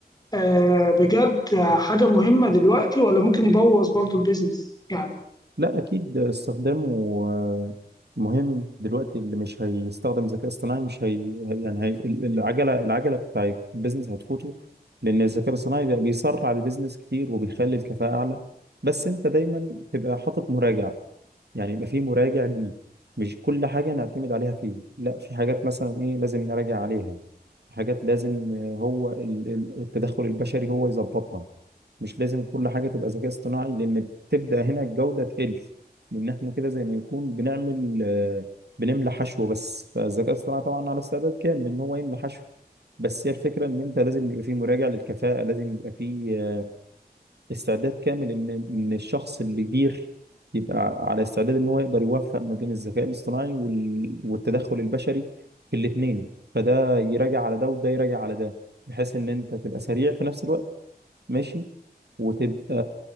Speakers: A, on the left; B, on the right.
A: آه بجد آه، حاجه مهمه دلوقتي ولا ممكن يبوظ برضو البيزنس يعني
B: لا اكيد استخدامه آه، مهم دلوقتي اللي مش هيستخدم ذكاء اصطناعي مش هي هي- يعني هي ال- العجله العجله بتاع البيزنس هتفوته لان الذكاء الاصطناعي بقى بيسرع البيزنس كتير وبيخلي الكفاءه اعلى بس انت دايما تبقى حاطط مراجع يعني يبقى في مراجع ليه مش كل حاجة نعتمد عليها فيه لا في حاجات مثلا إيه لازم نراجع عليها حاجات لازم آه، هو ال- ال- التدخل البشري هو يظبطها مش لازم كل حاجة تبقى ذكاء اصطناعي لأن تبدأ هنا الجودة تقل لأن إحنا كده زي ما نكون بنعمل آه، بنملى حشو بس فالذكاء الاصطناعي طبعا على استعداد كامل إن هو يملى حشو بس هي الفكرة إن أنت لازم يبقى فيه مراجع للكفاءة لازم يبقى فيه استعداد كامل ان ان الشخص اللي كبير يبقى على استعداد ان هو يقدر يوفق ما بين الذكاء الاصطناعي وال- والتدخل البشري في الاثنين فده يراجع على ده وده يراجع على ده بحيث ان انت تبقى سريع في نفس الوقت ماشي وتبقى